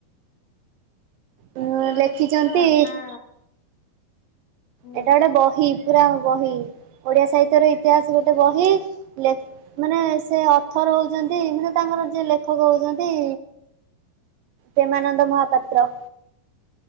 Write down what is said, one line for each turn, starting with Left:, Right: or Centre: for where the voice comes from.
Right: ଉଁ
Left: ଯୋଉଟେ
Right: ଲେଖିଛନ୍ତି
Left: ବିଷ
Right: ଏଇଟା
Left: ନା ହୁଁ,
Right: ଏଇଟା ଗୋଟେ ବହି ପୁରା ବହି ଓଡିଆ ସାହିତ୍ୟର ଇତିହାସ ଗୋଟେ ବହି। ଯେ ମାନେ ସେ ଅର୍ଥର ହଉଛନ୍ତି ମାନେ ତାଙ୍କର ଯି ଲେଖକ ହଉଛନ୍ତି। ପ୍ରେମାନନ୍ଦ ମହାପାତ୍ର।